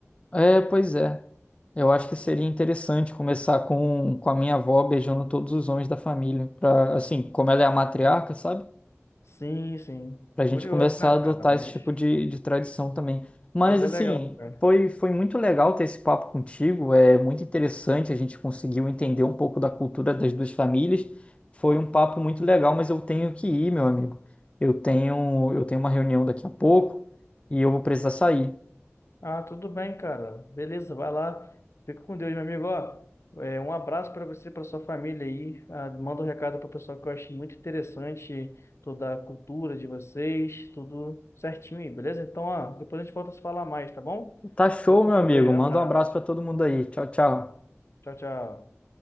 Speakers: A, on the left (about 25°); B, on the left (about 65°).
A: É, pois é. Eu acho que seria interessante começar com, com a minha avó beijando todos os homens da família, para assim, como ela é a matriarca, sabe?
B: Sim, sim.
A: pra gente
B: Curioso,
A: começar
B: né,
A: a adotar
B: cara? Mas,
A: esse tipo de, de tradição também. Mas
B: mas é
A: assim,
B: legal, cara.
A: foi, foi muito legal ter esse papo contigo, é muito interessante, a gente conseguiu entender um pouco da cultura das duas famílias. Foi um papo muito legal, mas eu tenho que ir, meu amigo. Eu tenho, eu tenho uma reunião daqui a pouco e eu vou precisar sair.
B: Ah, tudo bem, cara. Beleza, vai lá. Fica com Deus, meu amigo. Ó, é, um abraço para você, para sua família aí. Ah, manda um recado para o pessoal que eu achei muito interessante toda a cultura de vocês, tudo certinho aí, beleza? Então, ó, depois a gente volta a se falar mais, tá bom?
A: Tá show,
B: Fica com
A: meu amigo.
B: Deus aí. Abraço.
A: Manda um abraço pra todo mundo aí. Tchau, tchau.
B: Tchau, tchau.